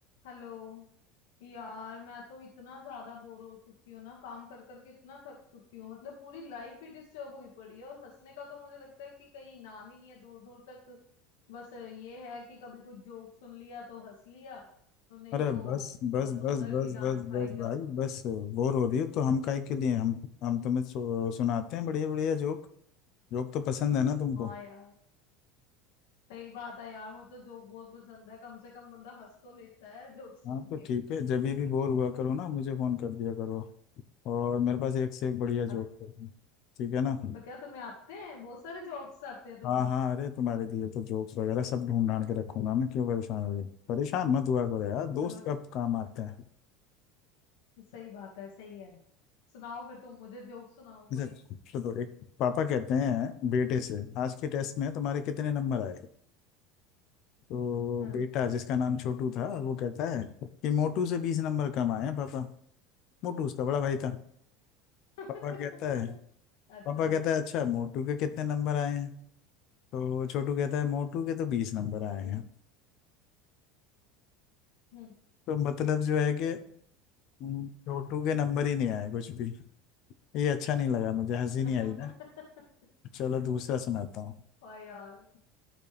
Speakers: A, on the left; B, on the left.
A: Hello यार मैं तो इतना ज्यादा बोर हो चुकी हूँ ना काम कर करके इतना थक चुकी हूँ मतलब पूरी लाइफ ही डिस्टर्ब हुई पड़ी है और हंसने का तो मुझे लगता है कि कहीं नाम ही नहीं है दूर दूर तक बस ये है कि कभी कुछ जोक सुन लिया तो हंस लिया और नहीं
B: अरे
A: तो
B: बस बस
A: बस ऑनर
B: बस बस
A: की डांट
B: बस
A: खाई
B: बस भाई
A: जाओ
B: बस बोर हो रही हो तो हम काहे के लिए हम हम तुम्हें सु, सुनाते हैं बढ़िया बढ़िया जोक जोक तो पसंद है ना तुमको
A: हाँ यार सही बात है यार मुझे तो जोक बहुत पसंद है कम से कम बंदा हंस तो लेता है जोक सुन
B: हाँ
A: के
B: तो ठीक है जब भी बोर हुआ करो ना मुझे फोन कर दिया करो और मेरे पास एक से एक बढ़िया जोक
A: अच्छा,
B: है ठीक है ना
A: तो क्या तुम्हें आते हैं बहुत सारे जोक्स आते हैं तुम्हें
B: हाँ हाँ अरे तुम्हारे लिए तो जोक्स वगैरह सब ढूंढ ढांड के रखूंगा मैं क्यों परेशान हो रही परेशान मत हुआ करो यार
A: तो
B: दोस्त
A: चलो
B: कब काम आते हैं
A: सही बात है सही है सुनाओ फिर तुम मुझे जोक सुनाओ
B: अच्छा
A: कोई
B: तो, तो एक पापा कहते हैं बेटे से आज के टेस्ट में तुम्हारे कितने नंबर आए तो
A: हाँ
B: बेटा जिसका नाम छोटू था वो कहता है कि मोटू से बीस नंबर कम आए हैं पापा मोटू उसका बड़ा भाई था
A: <laughs>
B: पापा कहता है
A: अच्छा
B: पापा कहता है अच्छा मोटू के कितने नंबर आए हैं तो छोटू कहता है मोटू के तो बीस नंबर आए
A: हम्म
B: हैं
A: हम्म।
B: तो मतलब जो है कि हम्म, छोटू के नंबर ही नहीं आए कुछ भी ये अच्छा नहीं लगा मुझे हंसी
A: <laughs>
B: नहीं आई ना चलो दूसरा सुनाता हूँ
A: ओ यार